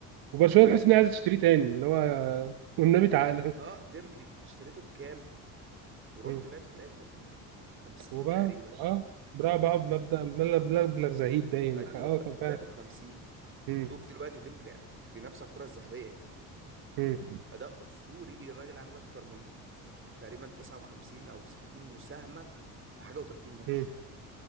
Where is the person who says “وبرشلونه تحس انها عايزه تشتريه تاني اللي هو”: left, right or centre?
Right